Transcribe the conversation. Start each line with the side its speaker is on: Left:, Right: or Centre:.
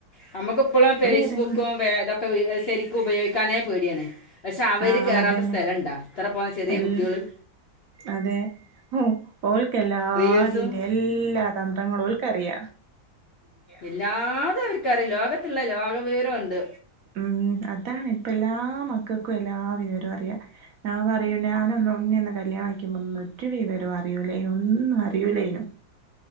Left: നമ്മുക്കിപ്പള ഫേസ്ബുക്കും
Right: ഏതെങ്കിലും
Left: <unintelligible> <unintelligible> ശരിക്കും ഉപയോഗിക്കാനേ പേടിയാണ് പക്ഷെ അവര്
Right: ആ
Left: കേറാത്ത
Right: അതന്നെ
Left: സ്ഥലംണ്ടാ ഇത്ര പോന്ന ചെറിയ
Right: വല്ല
Left: കുട്ടികള്
Right: അതെ ഹ ഓൾക്കെല്ലാതീന്റെ
Left: റീൽസും
Right: എല്ലാ തന്ത്രമ് ന്ത്ര ങ്ങളും ഓല്ക്കറിയ
Left: എല്ലാതും അവർക്കറിയ ലോകത്തുള്ള ലോക വിവരംണ്ട്
Right: ഉം അതാണ് ഇപ്പ എല്ലാ മക്കക്കും എല്ലാ വിവരവും അറിയാം ഞാൻ പറയൂ ഞാനന്ന് ഇന്നെന്ന് കല്യാണ കൈ ക്കിയ്പോ ഒന്നും ഒരു വിവരം അറിയുലനോ ഒന്നും അറിയുല്ലേനു